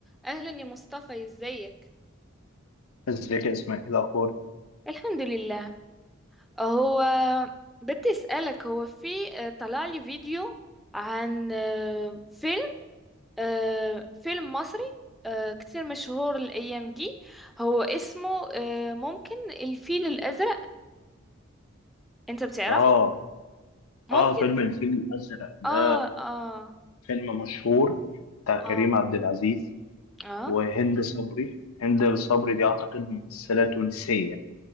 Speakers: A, in the centre; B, on the left.
A: أهلا يا مصطفى ازيك
B: ازيك يا اسماء ايه الاخبار
A: الحمد لله هو بدي أسألك هو في آه، طلع لي فيديو عن آه، فيلم آه، فيلم مصري آه، كتير مشهور الأيام دي هو اسمه آه، ممكن الفيل الأزرق أنت بتعرفه؟
B: اه
A: ممكن
B: اه فيلم الفيل الازرق ده
A: آه آه
B: فيلم مشهور بتاع كريم
A: آه
B: عبد العزيز
A: آه
B: وهند صبري هند صبري دي اعتقد ممثله تونسيه